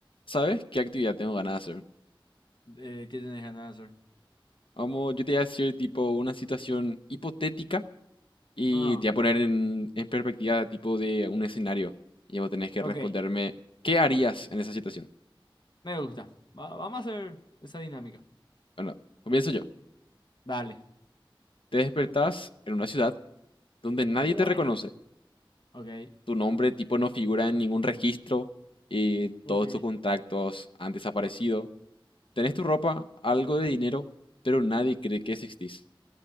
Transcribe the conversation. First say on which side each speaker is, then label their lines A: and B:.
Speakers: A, on the left; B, on the left.
A: ¿Sabes qué actividad tengo ganas de hacer?
B: eh, ¿qué tienes ganas de hacer?
A: Vamos, yo te voy a decir tipo una situación hipotética y
B: Ah,
A: te voy a poner en, en perspectiva tipo de un escenario. Y vos tenés que
B: ok,
A: responderme, ¿qué harías en esa situación?
B: me gusta. Va- vamos a hacer esa dinámica.
A: Bueno, comienzo yo.
B: Dale.
A: Te despertás en una ciudad donde nadie
B: Bueno,
A: te reconoce.
B: ok,
A: Tu nombre tipo no figura en ningún registro y
B: Ok.
A: todos tus contactos han desaparecido. Tenés tu ropa, algo de dinero, pero nadie cree que existís.